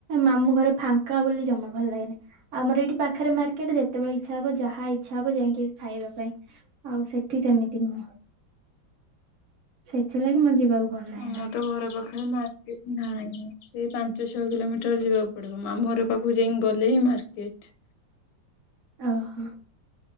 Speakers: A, on the right (about 60°); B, on the left (about 80°).
A: ମାମୁ ଘରେ ଫାଙ୍କା ବୋଲି ଜମା ଭଲ ଲାଗେନି। ଆମର ଏଇଠି ପାଖରେ ମାର୍କେଟ ଯେତେବେଳେ ଇଛ ଛା ହବ ଯାହା ଇଚ୍ଛା ହବ ଯାଇକି ହେଠି ଖାଇବା ପାଇଁ। ଆଉ ସେଠି ସେମିତି ନୁହଁ ସେଥିଲାଗି ମୋ ଯିବାକୁ ଭଲ ଲାଗେନା
B: ଆମର ତ ଘର ପାଖରେ ମାର୍କେଟ ନାହିଁ। ସେଇ ପାଞ୍ଚ ଛଅ କିଲୋମିଟର ଯିବାକୁ ପଡିବ ମାମୁଁ ଘର ପାଖକୁ ଯାଇଁକି ଗଲେ ହିଁ ମାର୍କେଟ।
A: ଓହୋ